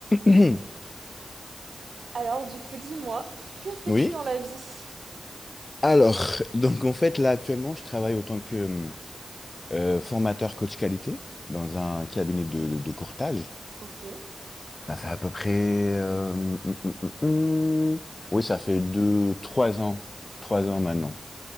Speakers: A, on the left; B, on the right.
A: Mhm.
B: Alors, du coup, dis-moi,
A: <clears throat>
B: que fais-tu
A: Oui.
B: dans la vie?
A: Alors, donc en fait, là actuellement, je travaille autant que euh, formateur coach qualité dans un cabinet de, de courtage.
B: Ok,
A: Ça fait à peu près... euh, hum, hum, hum, hum. Oui, ça fait deux, trois ans. Trois ans maintenant.